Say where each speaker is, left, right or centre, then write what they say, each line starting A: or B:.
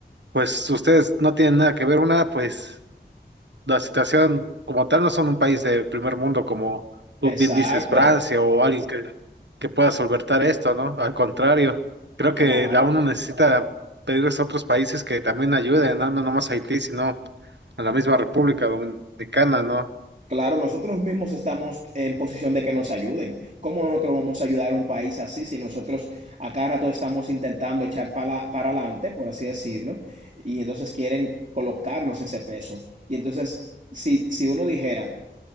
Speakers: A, on the right (about 85°); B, on the right (about 45°).
A: pues ustedes no tienen nada que ver. Una, pues la situación como tal no son un país de primer mundo como tú
B: Exacto,
A: bien dices, Francia o alguien que, que pueda solventar esto, ¿no? Al contrario, creo que
B: claro,
A: la ONU necesita pedirles a otros países que también ayuden, ¿no? No nomás a Haití, sino a la misma República Dominicana, ¿no?
B: claro, nosotros mismos estamos en posición de que nos ayuden. ¿Cómo nosotros vamos a ayudar a un país así si nosotros a cada rato estamos intentando echar para, para adelante, por así decirlo, y entonces quieren colocarnos ese peso? Y entonces, si, si uno dijera,